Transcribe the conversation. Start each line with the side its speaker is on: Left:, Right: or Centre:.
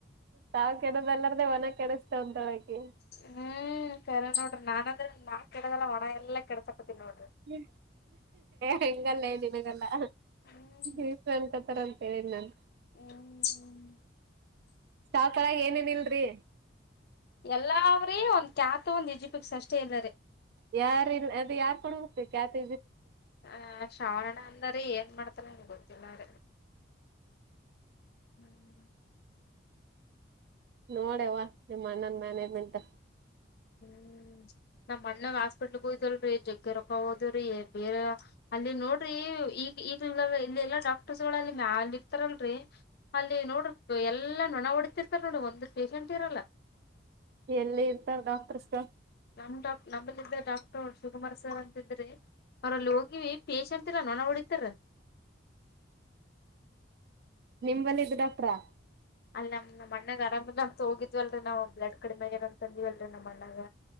Right: ತಾವ್ ಕೆಡದಲ್ಲಾರ್ದೇ ಒನ ಕೆಡಿಸಳಸ್ತಂತ ಅಕಿ.
Left: ಹ್ಮ್ ಸರ ನೋಡ್ರಿ ನಾನಂದ್ರ ನಾ ಕೆಡ್ದಲ್ಲ ಒಣ ಎಲ್ಲಾ ಕೆಡಸಕತನಿ ನೋಡ್ರಿ.
Right: ಹೇ ಹಿಂಗ್ ಅಲ್ಲೇ ನಿನ್ಗಲ್ಲಾ.
Left: ಹ್ಮ್
Right: ಈ ಸಂಕತರ ಅಂತ ಹೇಳಿ ನನ್.
Left: ಹ್ಮ್
Right: ಸಾಕ್ಳಾಗ ಏನೇನ್ ಇಲ್ರಿ.
Left: ಎಲ್ಲಾವ್ರೀ ಒಂದ್ ಕ್ಯಾತು ಒಂದ್ ಈಜಿಪಕ್ ಸಷ್ಟೇ ಇಲ್ಲಾರೆ.
Right: ಯಾರ್ ಇ ಅದ ಯಾರ್ ಕೊಡ ಹೋಗ ಕ್ಯಾ <inaudible>
Left: ಆ ಶ್ರಾವಣ ಅಂದಾರ ಏನ್ ಮಾಡ್ತ ಏನ್ ಗೋತಿಲರಿ. ಹ್ಮ್
Right: ನೋಡವ ನಿಮ್ಮ್ ಅಣ್ಣನ್ ಮ್ಯಾನೇಜ್ಮೆಂಟ್.
Left: ಹ್ಮ್ ನಮ್ ಅಣ್ಣಾಗ ಹಾಸ್ಪಿಟ್ಲಗೆ ಜಗ್ಗ್ ರೊಕ್ಕ ಹೋದವಿರಿ...... ಬೇರೆ. ಅಲ್ಲಿ ನೋಡ್ರಿ ಈಗ ಈಗ್ ಇಲ್ಲ ಎಲ್ಲಾ ಡಾಕ್ಟರ್ಸ್ ಗಳು ಅಲ್ಲಿ ಮ್ಯಾಲ ಇರ್ತಾರಲ್ರರಿ. ಅಲ್ಲಿ ನೋಡ್ರ ಎಲ್ಲಾ ನೊಣ ಹೊಡಿತಿರ್ತಾರ ನೋಡ ಒಂದ್ ಪೇಷಂಟ್ ಇರಲ್ಲ.
Right: ಎಲ್ಲಿ ಇರ್ತಾರ ಡಾಕ್ಟರ್ಸ್.
Left: ನಮ್ ಡಾಕ್ ನಮ್ಮಲ್ಲಿದ್ದ ಡಾಕ್ಟರ್ ಶಿವಕುಮಾರ್ ಸರ್ ಅಂತಿದ್ರಿ. ಅವ್ರ ಅಲ್ಲಿ ಹೋಗಿವಿ ಪೇಶೆಂಟ್ ಇಲ್ಲ ನೊಣ ಹೊಡಿತಾರ.
Right: ನಿಮ್ಮಲಿ ಇದ್ದ ಡಾಕ್ಟ್ರ.
Left: ಅಲ್ಲ ನಮ್ ನಮ್ ಅಣ್ಣಗ ಆರಾಮಿಲ್ಲ ಅಂತ ಹೋಗಿದ್ವಲ್ರರಿ ನಾವ ಬ್ಲಡ್ ಕಡಿಮೆ ಆಗೆದ್ದ ಅಂತಂದೀವಲ್ರರಿ ನಮ್ಮ ಅಣ್ಣಗ